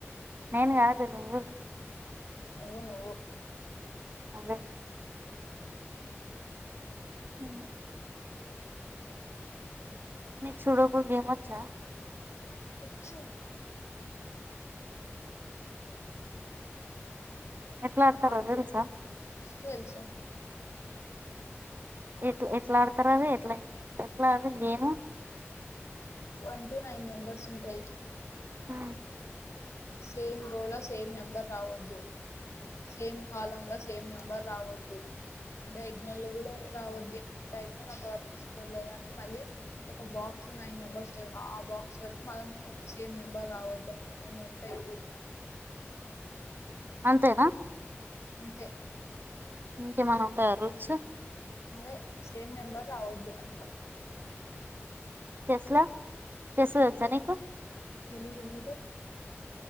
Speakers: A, on the right; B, on the left.
A: నేను కాదు నువ్వు
B: అవును
A: అదే ఆ సూడకు గేమ వచ్చ
B: ఉచ్చు
A: ఎట్లా అడతారో
B: ఆడుతూ
A: తెలుసా
B: తెలుసు
A: ఎట్ ఎట్లా ఆడతారు అది ఎట్లా ఎట్లా ఆడదు game
B: one to nine members ఉంటాయి
A: హ
B: సేమ్ రోల్ సేమ్ నెంబర్ రావద్దు సేమ్ కాలంగ సేమ్ నంబర్ రావదు డైగ్నల్ కూడా రావదు నైట్ అంత పట్టించుకోర్లేదుగాని మళ్ళీ ఒక బాక్స్ లో నైన్ మెంబర్స్ ఆ బాక్స్ వరకు మనం ఒక సేమ్ నెంబర్ రావద్దు అట్లా కొన్ని ఉంటాయి
A: అంతేనా
B: అంతే
A: ఇంకేమనా ఉవుంటయ రూల్స్
B: అవే సేమ్ నెంబర్ రావద్దు అంత
A: ఎట్లా చేస్ తెల్సా నికు
B: తెలీదు నీకు